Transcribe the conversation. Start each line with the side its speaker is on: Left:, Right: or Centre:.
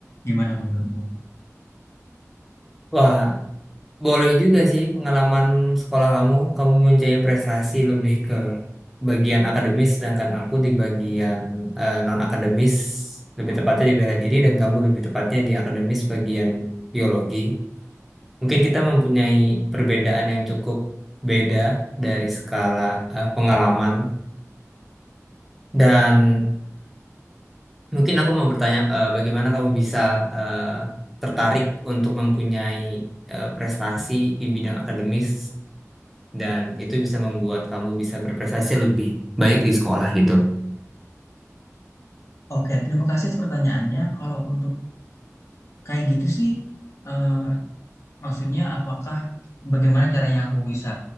Left: Gimana menurutmu?
Centre: Wah, boleh juga sih pengalaman sekolah kamu. Kamu mempunyai prestasi lebih ke bagian akademis, sedangkan aku di bagian eh, non-akademis, lebih tepatnya di bela diri, dan kamu lebih tepatnya di akademis bagian biologi. Mungkin kita mempunyai perbedaan yang cukup beda dari skala eh, pengalaman dan <clears throat> mungkin aku mau bertanya eh, bagaimana kamu bisa eh, tertarik untuk mempunyai eh, prestasi di bidang akademis dan itu bisa membuat kamu bisa berprestasi lebih baik di sekolah gitu.
Left: Oke, terima kasih atas pertanyaannya. Kalau untuk kayak gitu sih, eh, maksudnya apakah bagaimana caranya aku bisa